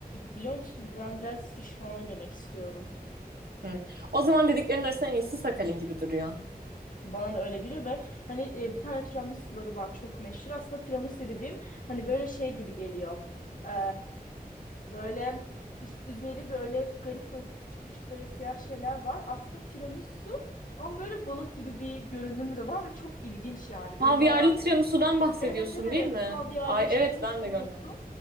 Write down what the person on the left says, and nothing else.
biliyor musun ben biraz sushi falan yemek istiyorum.
Bana da öyle geliyor ve hani e, bir tane tiramisuları var çok meşhur. Aslında tiramisu dediğim hani böyle şey gibi geliyor. Ee, böyle üst- üzeri böyle garip garip küçük küçük böyle siyah şeyler var. Aslında tiramisu ama böyle balık gibi bir görünümü de var ve çok ilginç yani.
Benim bayağı
evet evet
Havyar'la
işte
onun
ismini
unuttum.